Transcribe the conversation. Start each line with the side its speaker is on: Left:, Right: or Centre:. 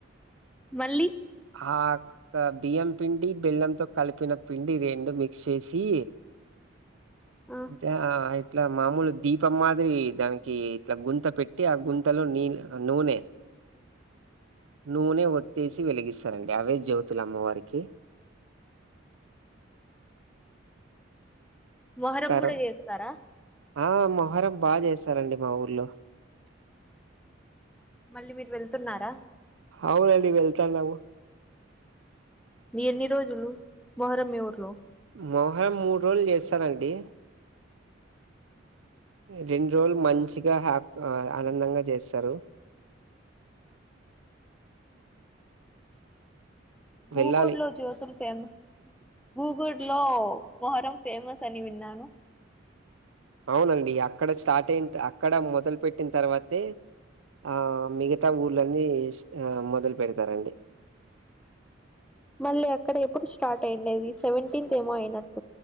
Centre: మళ్ళీ
Right: ఆ బియ్యం పిండి బెల్లంతో కలిపిన పిండి రెండు మిక్స్ చేసి
Centre: ఆ
Right: జా ఆ ఇట్లా మామూలు దీపం మాదిరి దానికి ఇట్లా గుంత పెట్టి ఆ గుంతలో నీ నూనె నూనె ఒతేసి వెలిగిస్తారండి అవే జ్యోతుల అమ్మవారికి
Centre: మొహరం
Right: తరు
Centre: కూడా చేస్తారా
Right: ఆ మొహరం బాగా చేస్తారండి మా ఊర్లో
Centre: మళ్ళీ మీరు వెళ్తున్నారా
Right: అవునండి వెళ్తానము
Centre: ఎన్ని రోజులు మొహరం మీ ఊర్లో
Right: మోహరం మూడు రోజులు చేస్తారండి రెండు రోజులు మంచిగా హ్యాప్ ఆనందంగా చేస్తారు <inaudible>
Centre: గూగుడ్
Right: వెళ్ళాలి
Centre: లో జ్యోతుల్ ఫేమస్ గూగుడ్ లో మొహరం ఫేమస్ అని విన్నాను
Right: అవునండి అక్కడ స్టార్ట్ అయిన అక్కడ మొదలు పెట్టిన తర్వాతే ఆ మిగతా ఊర్ళన్నీ ఆ మొదలు పెడతారండి
Centre: మళ్ళీ అక్కడ ఎప్పుడు స్టార్ట్ అయియండేది సెవెంటీన్త్ ఏమో అయినట్టు